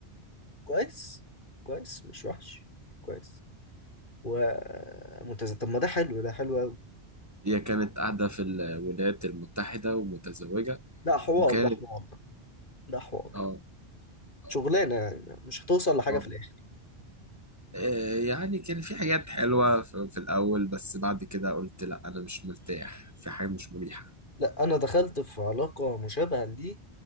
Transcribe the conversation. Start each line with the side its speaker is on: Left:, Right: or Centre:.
Left: كويس كويس مش وحش كويس وممتازة طب ما ده حلو ده حلو أوي
Right: هي كانت قاعدة في الولايات المتحدة ومتزوجة
Left: ده حوار
Right: وكانت
Left: ده حوار ده ده حوار
Right: اه اه
Left: شغلانة يعني مش هتوصل لحاجة
Right: آه.
Left: في الآخر
Right: آه، يعني كان في حاجات حلوة في في الأول بس بعد كده قلت لا أنا مش مرتاح في حاجة مش مريحة
Left: لا أنا دخلت في علاقة مشابهة لدي